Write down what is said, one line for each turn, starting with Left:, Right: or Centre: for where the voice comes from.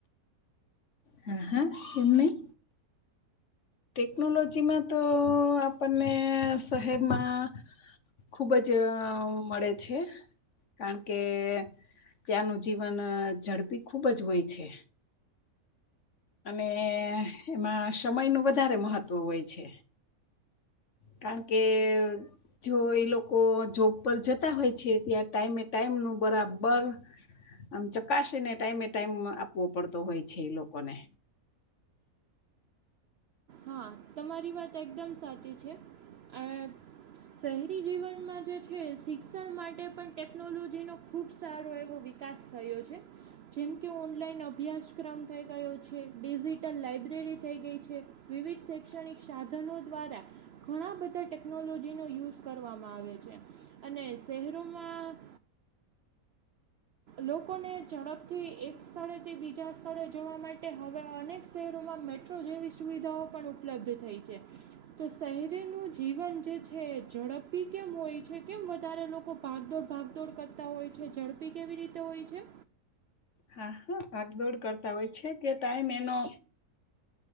Left: હા હા કેમ નહી, ટેકનોલોજીમાં તો આપણને શહેરમાં ખુબ જ મળે છે કારણ કે ત્યાંનું જીવન ઝડપી ખૂબ જ હોય છે. અને એમાં સમયનું વધારે મહત્વ હોય છે. કારણ કે જો એ લોકો જોબ પર જતા હોય છે ત્યાં ટાઈમે ટાઈમ નું બરાબર આમ ચકાસીને ટાઈમે ટાઈમ આપવો પડતો હોય છે એ લોકોને
Right: હા તમારી વાત એકદમ સાચી છે અ શહેરી જીવનમાં જે છે શિક્ષણ માટે પણ ટેકનોલોજીનો ખૂબ સારો એવો વિકાસ થયો છે, જેમ કે ઓનલાઈન અભ્યાસક્રમ થઈ ગયો છે, ડિજિટલ લાઇબ્રેરી થઈ ગઈ છે. વિવિધ શૈક્ષણિક સાધનો દ્વારા ઘણા બધા ટેકનોલોજીનો યુઝ કરવામાં આવે છે અને શહેરોમાં લોકોને ઝડપથી એક સ્થળેથી બીજા સ્થળે જવા માટે હવે અનેક શહેરોમાં મેટ્રો જેવી સુવિધાઓ પણ ઉપલબ્ધ થઈ છે તો શહેરીનું જીવન જે છે ઝડપી કેમ હોય છે કેમ વધારે લોકો ભાગદોડ ભાગદોડ કરતા હોય છે ઝડપી કેવી રીતે હોય છે.
Left: હા હા ભાગદોડ કરતા હોય છે કે ટાઈમ એનો